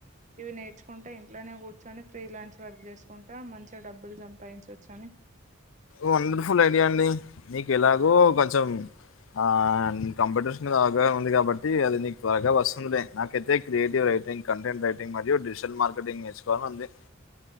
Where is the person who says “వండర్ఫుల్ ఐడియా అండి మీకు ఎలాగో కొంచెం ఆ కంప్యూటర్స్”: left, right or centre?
Left